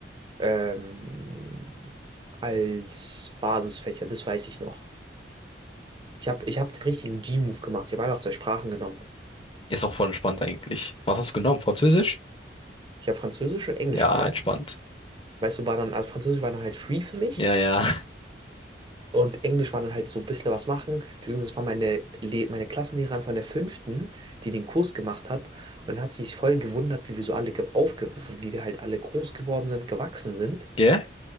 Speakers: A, on the right (about 25°); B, on the left (about 30°).
A: ähm, als Basisfächer, das weiß ich noch. Ich habe ich hab den richtigen G-Move gemacht. Ich habe einfach zwei Sprachen genommen.
B: Ist auch voll entspannt eigentlich. Was hast du genommen? Französisch?
A: Ich habe Französisch und Englisch
B: Ja,
A: genommen.
B: entspannt.
A: Weißt du, war dann, also Französisch war dann halt free für mich
B: Ja, ja.
A: und Englisch war dann halt so ein bisschen was machen. Beziehungsweise es war meine, Le meine Klassenlehrerin von der fünften, die den Kurs gemacht hat und dann hat sie sich voll gewundert, wie wir so alle ge- aufge, wie wir halt alle groß geworden sind, gewachsen sind.
B: Gell?